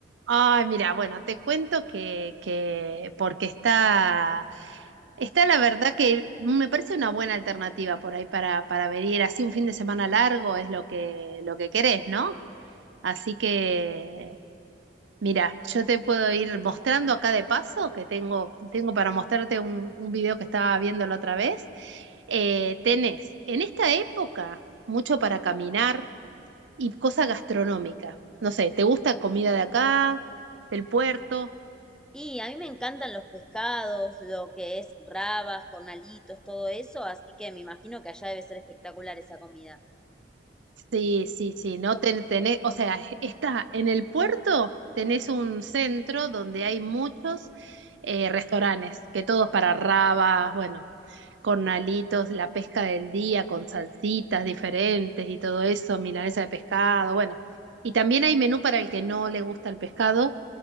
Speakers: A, on the right; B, in the centre.
A: Ay, mira, bueno, te cuento que, que porque está, está la verdad que me parece una buena alternativa por ahí para, para venir así un fin de semana largo es lo que, lo que querés, ¿no? Así que Mira, yo te puedo ir mostrando acá de paso, que tengo, tengo para mostrarte un, un video que estaba viendo la otra vez. Eh, tenés en esta época mucho para caminar y cosa gastronómica. No sé, ¿te gusta comida de acá, del puerto?
B: Y a mí me encantan los pescados, lo que es rabas, cornalitos, todo eso, así que me imagino que allá debe ser espectacular esa comida.
A: Sí, sí, sí, no ten- tenés, o sea, está en el puerto, tenés un centro donde hay muchos eh, restaurantes, que todos para rabas, bueno, cornalitos, la pesca del día con salsitas diferentes y todo eso, milanesa de pescado, bueno. Y también hay menú para el que no le gusta el pescado,